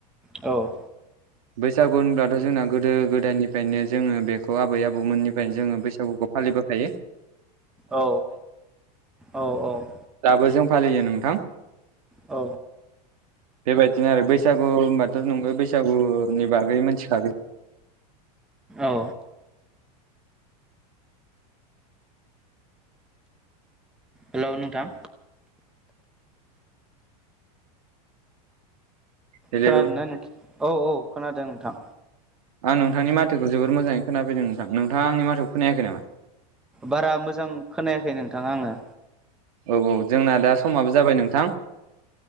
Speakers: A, in the centre; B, on the right (about 65°).
A: औ
B: बैसागु होनब्लाथ' जोंना गोदो गोदायनिफ्रायनो जोङो बेखौ आबै आबौमोननिफ्रायनो जोङो बैसागुखौ फालियो। बोखायो
A: औ औ औ
B: दाबो जों फालियो नोंथां।
A: औ
B: बेबायदिनो आरो बैसागु होनबाथ' नों‌ बे बैसागु गुनि बागै मोनथि खागोन।
A: औ हेलौ नोंथां
B: हेलौ
A: खोनादोंना नों औ औ खोनादों नोंथां
B: आं नोंथांनि माथोखौ जोबोर मोजाङै खोनाफैदों नोंथां नोंथाङा आंनि माथोखौ खोनायाखै नामा?
A: बारा मोजां खोनायाखै नोंथाङा आङो
B: औ औ जोंना दा समाबो जाबाय नोंथां